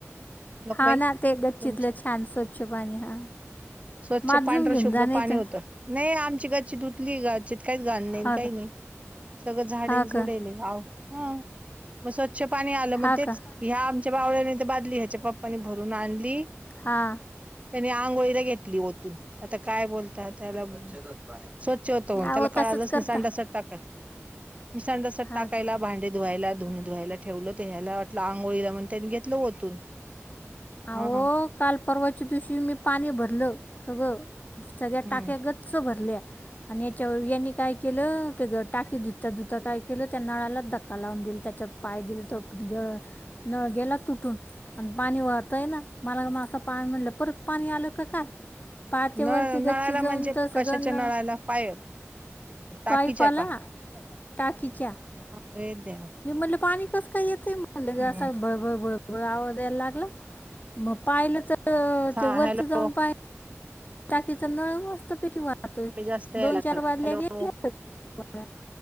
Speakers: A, on the right; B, on the left.
A: नकबाई
B: हा ना ते गच्चितलं
A: तुमची
B: छान स्वच्छ पाणी हा
A: स्वच्छ
B: माजून
A: पांढर
B: घेऊन
A: शुभ्र
B: जा नाही
A: पाणी
B: तर
A: होतं. नाही आमची गच्ची धुतली. गच्चीत काहीच घाण नाही
B: हा
A: काही
B: का
A: नाही. सगळं झाडेल
B: हा
A: झुडेलव
B: का
A: <unintelligible> स्वच्छ पाणी आलं
B: हा
A: मग तेच
B: का
A: ह्या आमच्या बावळ्याने ते बादली ह्याच्या पप्पानी भरून आणली
B: हा
A: त्यांनी आंघोळीला घेतली ओतून. आता काय बोलता. त्याला, स्वच्छ होत त्याला
B: अहो
A: कळालंच
B: तसंच करता
A: नाही सांडासात टाकाय मि सांडसात
B: हां
A: टाकायला भांडे धुवायला धुन धुवायला ठेवलं. तर, ह्याला वाटलं अंघोळीला म्हण त्यांनी घेतलं ओतून.
B: अहो
A: हा
B: काल परवाच्या दिवशी मी पाणी भरलं सगळं सगळ्या
A: हम्म
B: टाक्या गच्च च भरल्या आणि याच्या यांनी काय केलं ते टाकी धुता धुता काय केलं त्या नळालाच धक्का लावून दिल त्याच्या पाय दिले तर गळ नळ गेला तुटून आणि पाणी वाह त्या ना मला मा असं पाणी म्हटलं परत पाणी आलं का काय? पाहते
A: नळ
B: वरती गच्ची
A: नळाला
B: जाऊन
A: म्हणजे
B: तर सगळ
A: कशाच्या नळाला पाय टाकीच्या
B: पाईपाला
A: का
B: टाकीच्या.
A: अरे देवा
B: मी म्हटलं पाणी कसं काय येते म्हणलं
A: हम्म
B: असं बळबळबळ आवाज याला लागला. मग पाहिलं तर
A: हा
B: ते वरती
A: हॅलो
B: जाऊन पा टाकीचा नळ मस्त पैकी वाहतोय
A: जास्त यायला
B: दोन चार
A: लागला
B: बादल्या
A: हॅलो
B: गेल्या असल.